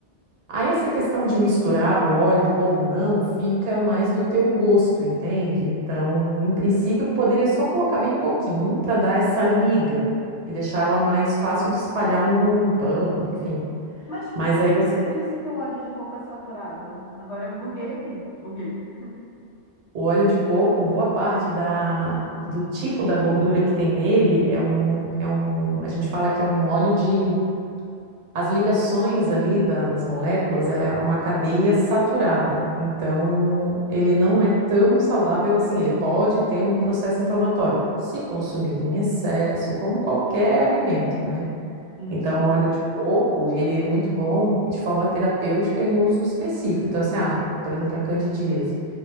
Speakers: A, on the right; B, on the left.
A: aí essa questão de misturar o óleo ou não fica mais do teu gosto, entende? Então, em princípio, poderia só colocar bem pouquinho para dar essa liga e deixar ela mais fácil de espalhar no, no pão, enfim.
B: Mas por
A: Mas
B: que
A: aí
B: que
A: você,
B: você disse que o óleo de coco é saturado? Agora eu buguei aqui, buguei.
A: o óleo de coco, boa parte da, do tipo da gordura que tem nele é um, é um, a gente fala que é um óleo de As ligações ali da- das moléculas, ela é uma cadeia saturada. Então, ele não é tão saudável assim. Ele pode ter um processo inflamatório, se consumido em excesso, como qualquer alimento, né?
B: Uhum.
A: Então, o óleo de coco, ele é muito bom de forma terapêutica em uso específico. Então, assim, ah, por exemplo, a candidíase.